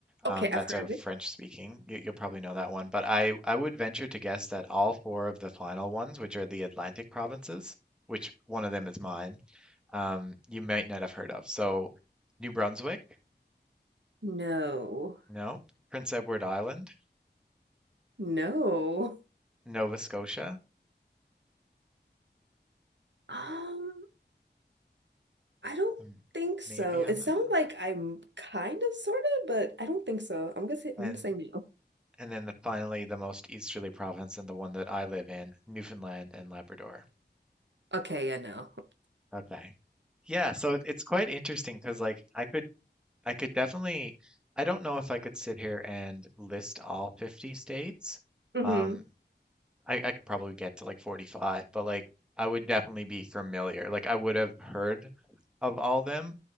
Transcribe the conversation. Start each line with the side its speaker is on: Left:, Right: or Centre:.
Right: Okay,
Centre: Um, that's
Right: I've heard
Centre: our
Right: of
Centre: French
Right: it.
Centre: speaking. You, you'll probably know that one. But I, I would venture to guess that all four of the final ones, which are the Atlantic provinces, which one of them is mine, um, you might not have heard of. So New Brunswick,
Right: No.
Centre: no. Prince Edward Island,
Right: No.
Centre: Nova Scotia,
Right: Um, I don't
Centre: m-
Right: think so.
Centre: maybe on
Right: It
Centre: the,
Right: sounds like I'm kind of sort of, but I don't think so. I'm gonna say
Centre: and
Right: I'm gonna say no.
Centre: And then the, finally, the most easterly province and the one that I live in, Newfoundland and Labrador.
Right: Okay, yeah, no.
Centre: Okay. Yeah, so it- it's quite interesting because like I could I could definitely I don't know if I could sit here and list all 50 states.
Right: hmm
Centre: Um I, I could probably get to like 45, but like I would definitely be familiar. Like I would have heard of all them,